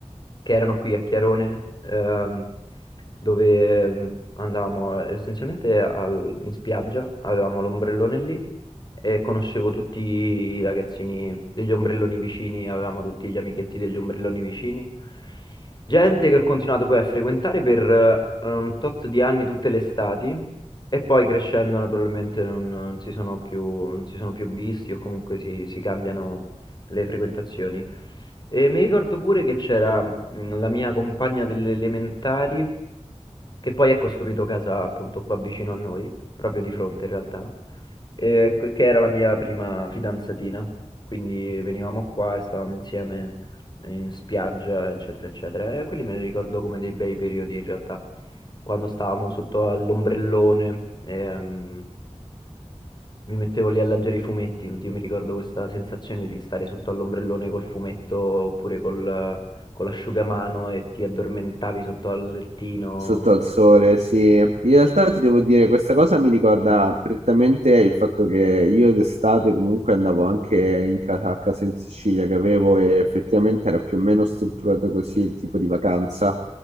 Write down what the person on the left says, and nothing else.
che erano qui a Chiarone, ehm, dove ehm, andavamo essenzialmente al- in spiaggia, avevamo l'ombrellone lì e conoscevo tutti i ragazzini degli ombrelloni vicini, avevamo tutti gli amichetti degli ombrelloni vicini. Gente che ho continuato poi a frequentare per eh, un tot di anni tutte le estati e poi crescendo naturalmente non, non si sono più, non si sono più visti o comunque si si cambiano le frequentazioni. E mi ricordo pure che c'era mh, la mia compagna delle elementari, che poi ha costruito casa appunto qua vicino a noi, proprio di fronte in realtà, eh, che era la mia prima fidanzatina. Quindi venivamo qua e stavamo insieme in spiaggia, eccetera, eccetera. E quelli me li ricordo come dei bei periodi in realtà, quando stavamo sotto all'ombrellone. ehm, mi mettevo lì a leggere i fumetti, oddio, mi ricordo questa sensazione di stare sotto all'ombrellone col fumetto oppure col, con l'asciugamano e ti addormentavi sotto al lettino.